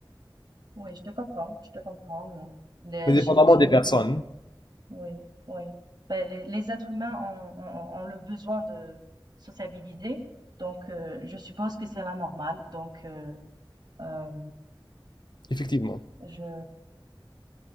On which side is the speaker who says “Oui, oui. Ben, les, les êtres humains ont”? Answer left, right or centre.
Right